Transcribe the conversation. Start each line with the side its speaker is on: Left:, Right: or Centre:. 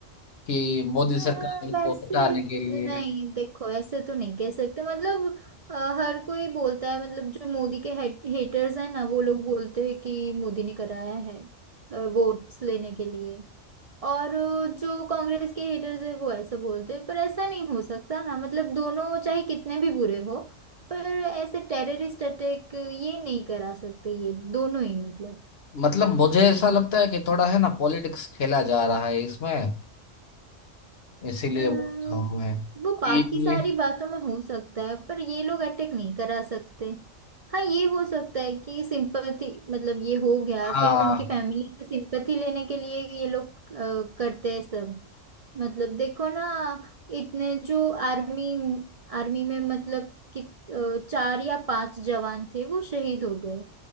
Left: कि मोदी
Right: अ,
Left: सरकार
Right: वैसे
Left: को हटाने के लिए
Right: नहीं देखो ऐसे तो नहीं कह सकते मतलब अ, हर कोई बोलता है मतलब जो मोदी के हेटर्स हैं ना वो लोग बोलते हैं कि मोदी ने कराया है वोट्स लेने के लिए और जो कांग्रेस के हेटर्स है वो ऐसा बोलते हैं पर ऐसा नहीं हो सकता ना मतलब दोनों चाहे कितने भी बुरे हो पर ऐसे टेररिस्ट अटैक ये नहीं करा सकते ये दोनों ही मतलब
Left: मतलब मुझे ऐसा लगता है कि थोड़ा है ना पॉलिटिक्स खेला जा रहा है इसमें इसीलिए
Right: अम्म,
Left: बोल रहा हूँ मैं कि
Right: वो बाकी सारी बातों में हो सकता है पर ये लोग अटैक नहीं करा सकते हाँ ये हो सकता है कि सिंपथी मतलब ये हो गया
Left: हाँ
Right: फिर उनकी फैमिली से सिंपथी लेने के लिए ये लोग अ, करते हैं सब मतलब देखो ना इतने जो आर्मी आर्मी में मतलब कि अ, चार या पांच जवान थे वो शहीद हो गए